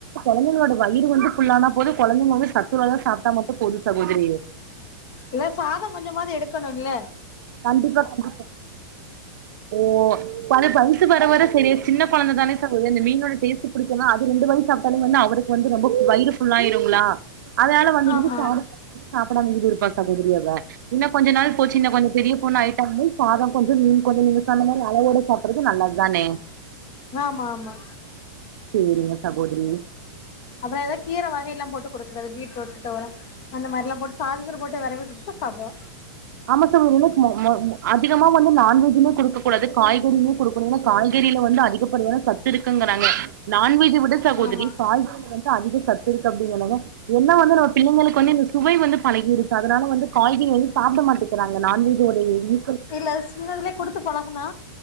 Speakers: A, on the right; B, on the left.
A: குழந்தைங்களோட வயிறு வந்து ஃபுல்லானா போது குழந்தைங்க வந்து சத்துள்ளதா சாப்டா மட்டு போது சகோதிரியே
B: இல்ல சாதோ கொஞ்சமாது எடுக்கணு இல்ல
A: கண்டிப்பா கண்டிப்பா ஓ அது வயசு வர வர செரியாயிடு சின்ன கொழந்த தானே சகோதரி இந்த மீனோ டேஸ்ட் பிடிக்கனு அது ரெண்டு வாய் சாப்டாலுமே வந்து அவருக்கு வந்து ரொம்ப வயிறு ஃபுல்லாயிருங்களா அதனால வந்துட்டு
B: ஆமா
A: சாதோ சாப்டாம கீது இருப்பா சகோதிரி அவ இன்னு கொஞ்ச நாள் போச்சு இன்னு கொஞ்ச பெரிய பொண்ணா ஆயிட்டாலுமே சாதோ கொஞ்சோ மீன் கொஞ்சோ நீங்க சொன்ன மாரி அளவோடு சாப்பிடுறது நல்லது தானே
B: ஆமா ஆமா
A: செரிங்க சகோதிரி
B: அப்புறம் ஏதாவ கீரை வக எல்லாம் போட்டு கொடுக்குறது <unintelligible> அந்த மாரிலா போட்டு சாதத்துல போட்டு வெரவி குடுத்தா சாப்டுவா
A: ஆமா சகோதரி மொ மொ அதிகமா வந்து நான்வெஜ்ஜுமே குடுக்க கூடாது காய்கறிகளு குடு ங்க காய்கறில வந்து அதிகப்படியான சத்து இருக்குங்கிறாங்க நான்வெஜ விட சகோதரி
B: ஆமா
A: காய்கறி வந்து அதிக சத்துருக்கு அப்டிங்கனங்க என்ன வந்து நம்ம பிள்ளைங்களுக்கு வந்து இந்த சுவை வந்து பழகிடுச்சு அதனால வந்து காய்கறி வந்து சாப்ட மாட்டிக்கிறாங்க நான்வெஜோட எதியு
B: இல்ல சின்னதுலே குடுத்து பழகுனா